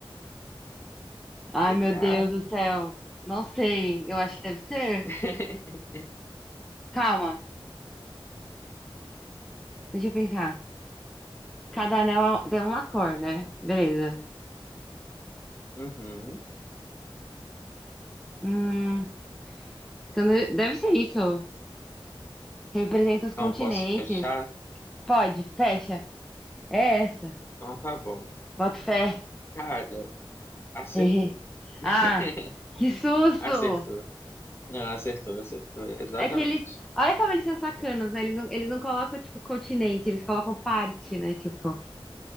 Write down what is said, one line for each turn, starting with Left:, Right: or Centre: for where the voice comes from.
Centre: Ai,
Left: Letra
Centre: meu Deus
Left: A.
Centre: do céu. Não sei. Eu acho que deve ser.
Left: <laughs>
Centre: Calma, deixa eu pensar. Cada anel é um- tem uma cor, né? Beleza.
Left: Uhum.
Centre: Hum, então de- deve ser isso. Representa os continentes.
Left: Não posso fechar?
Centre: Pode, fecha. É essa.
Left: Então tá bom.
Centre: Bota fé. <laughs>
Left: Cara, acertou.
Centre: Errei.
Left: <laughs>
Centre: Ah, que susto!
Left: Acertou. Não, acertou, acertou. Exatamente.
Centre: É que eles. Olha como eles são sacanas, né? Eles não, eles não colocam, tipo, continente, eles colocam parte, né? Tipo.